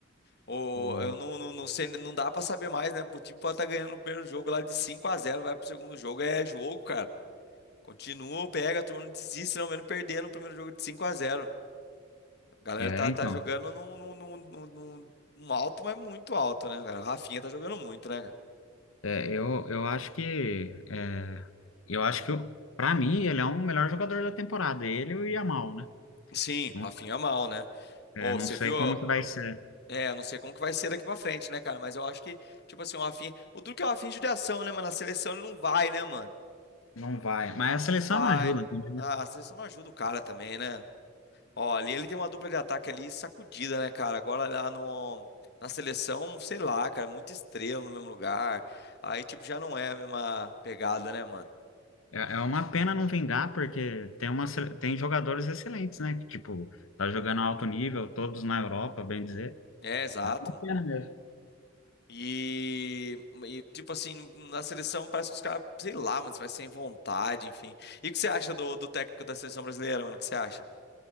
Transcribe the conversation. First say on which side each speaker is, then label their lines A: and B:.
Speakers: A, on the left (about 55°); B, on the left (about 80°).
A: O,
B: o...
A: eu não, não, não sei, não dá pra saber mais, né? O time pode estar ganhando o primeiro jogo lá de 5 a zero, vai pro segundo jogo, é jogo, cara. Continua, pega, a turma não desiste, não, mesmo perdendo o primeiro jogo de 5 a zero. A galera
B: É,
A: tá,
B: então.
A: tá jogando num, num, num, num, num- num alto, mas muito alto, né, cara? O Rafinha tá jogando muito, né? cara?
B: É, eu, eu acho que é, eu acho que para mim ele é um melhor jogador da temporada, ele e o Yamal, né?
A: Sim,
B: Não,
A: o Rafinha é mal, né?
B: é,
A: Ô,
B: não
A: você
B: sei
A: viu?
B: como que vai ser,
A: É, eu não sei como que vai ser daqui pra frente, né, cara? Mas eu acho que, tipo assim, o Rafinha. O Duque é o Rafinha de judiação, né, mano? Na seleção ele não vai, né, mano?
B: não vai. Mas
A: Não
B: a seleção
A: vai.
B: não ajuda também,
A: Ah,
B: né?
A: a seleção não ajuda o cara também, né? Ó, ali ele tem uma dupla de ataque ali sacudida, né, cara? Agora lá no. Na seleção, sei lá, cara, é muita estrela no mesmo lugar. Aí, tipo, já não é a mesma pegada, né, mano?
B: É, é uma pena não vingar porque tem uma sele- tem jogadores excelentes, né? Que tipo tá jogando alto nível, todos na Europa, bem dizer.
A: É, exato,
B: É uma
A: mano.
B: pena mesmo.
A: E, e, tipo assim, na seleção parece que os caras, sei lá, mano, vai sem vontade, enfim. E o que você acha do, do técnico da seleção brasileira, mano? O que você acha?